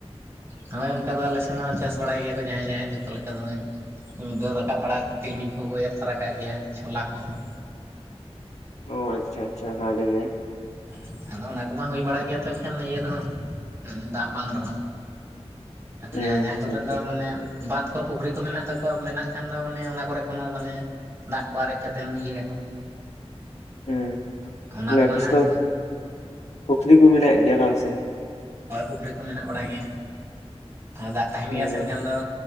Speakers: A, on the right; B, on the left.
A: ᱦᱩᱸᱻ ᱦᱚᱭ ᱚᱱᱠᱟ ᱫᱚ ᱟᱞᱮ ᱥᱮᱱ ᱦᱚᱸ ᱪᱟᱥ ᱵᱟᱲᱟᱭ ᱜᱮᱭᱟ ᱠᱚ ᱡᱟᱦᱟᱭ ᱡᱟᱦᱟᱭ ᱡᱷᱚᱛᱚ ᱞᱮᱠᱟ ᱫᱚ ᱵᱟᱝ᱾ ᱢᱤᱫᱟᱹᱣ ᱨᱟᱠᱟᱵ ᱵᱟᱲᱟ ᱠᱟᱛᱮᱫ ᱛᱤᱞᱢᱤᱧ ᱠᱚᱦᱚᱸ ᱮᱨ ᱛᱚᱨᱟ ᱠᱟᱜ ᱜᱮᱭᱟ ᱪᱷᱚᱞᱟ ᱠᱚᱦᱚᱸ᱾
B: ᱚ ᱟᱪᱪᱷᱟ ᱟᱪᱪᱷᱟ ᱵᱷᱟᱜᱮ ᱜᱮ᱾
A: ᱦᱚ ᱟᱫᱚ ᱚᱱᱟ ᱠᱚᱢᱟ ᱦᱩᱭ ᱵᱟᱲᱟᱜ ᱜᱮᱭᱟ ᱮᱱᱠᱷᱟᱱ ᱤᱭᱟᱹ ᱨᱮᱦᱚᱸ ᱢᱟᱱᱮ ᱫᱟᱜ ᱵᱟᱝ ᱨᱮᱦᱚᱸ᱾ ᱟᱫᱚ
B: ᱦᱩᱸ
A: ᱡᱟᱦᱟᱸ ᱡᱟᱦᱟᱸ
B: ᱟᱪᱪᱷᱟ
A: ᱠᱚᱨᱮ
B: ᱟᱪᱪᱷᱟ
A: ᱫᱚ ᱢᱟᱱᱮ ᱵᱟᱫ᱾ ᱯᱩᱠᱷᱤᱨᱤ ᱠᱚ ᱢᱮᱱᱟᱜ ᱛᱟᱠᱚᱣᱟ ᱢᱮᱱᱟᱜ ᱠᱷᱟᱱ ᱫᱚ ᱢᱟᱱᱮ ᱚᱱᱟ ᱠᱚᱨᱮ ᱠᱷᱚᱱ ᱦᱚᱸ ᱢᱟᱱᱮ᱾ ᱫᱟᱜ ᱠᱚ ᱟᱨᱮᱡ ᱠᱟᱛᱮ ᱤᱭᱟᱹ ᱭᱟᱠᱚ
B: ᱦᱩᱸ
A: ᱚᱱᱟ
B: ᱛᱟᱦᱞᱮ
A: ᱠᱚ
B: ᱟᱯᱮ
A: ᱢᱟᱱᱮ
B: ᱥᱮᱫ ᱫᱚ
A: ᱦᱩᱲᱩ
B: ᱯᱩᱠᱷᱨᱤ ᱠᱚ ᱢᱮᱱᱟᱜ ᱜᱮᱭᱟ ᱵᱟᱝ ᱥᱮ?
A: ᱦᱚᱭ ᱯᱩᱠᱷᱨᱤ ᱠᱚ ᱢᱮᱱᱟᱜ ᱵᱟᱲᱟ ᱜᱮᱭᱟ ᱫᱟᱜ ᱛᱟᱦᱮᱱ
B: ᱦᱩᱸ
A: ᱜᱮᱭᱟ ᱥᱮ ᱮᱱᱠᱷᱟᱱ
B: ᱟᱪᱪᱷᱟ,
A: ᱫᱚ